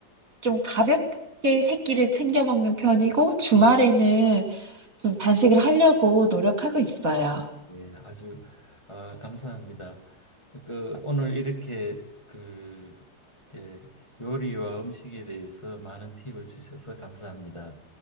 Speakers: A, on the right; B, on the left.
A: 좀 가볍게 새끼를 챙겨 먹는 편이고 주말에는 좀 단식을 하려고 노력하고 있어요.
B: 예, 아주 아, 감사합니다. 그 오늘 이렇게 그 이제 요리와 음식에 대해서 많은 팁을 주셔서 감사합니다.